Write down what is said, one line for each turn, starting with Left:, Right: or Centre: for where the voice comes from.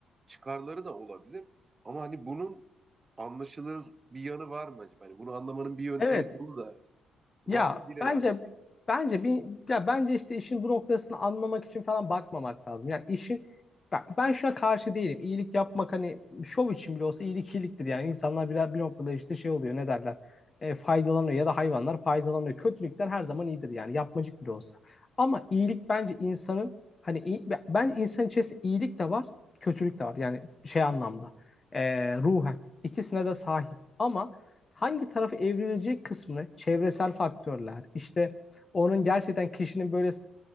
Right: çıkarları da olabilir ama hani bunun anlaşılır bir yanı var mı acaba? Hani bunu anlamanın bir yöntemi
Left: Evet.
Right: yolu da var
Left: Ya
Right: mı bilemedim.
Left: bence bence bir ya bence işte işin bu noktasını anlamak için falan bakmamak lazım. Yani işin ben, ben şuna karşı değilim. İyilik yapmak hani şov için bile olsa iyilik iyiliktir. Yani insanlar bir, bir noktada işte şey oluyor ne derler e, faydalanıyor ya da hayvanlar faydalanıyor. Kötülükten her zaman iyidir yani yapmacık bile olsa. Ama iyilik bence insanın hani iyi- ben insan içerisinde iyilik de var kötülük de var yani şey anlamda e, ruhen ikisine de sahip. Ama hangi tarafı evrilecek kısmını çevresel faktörler, işte onun gerçekten kişinin böyle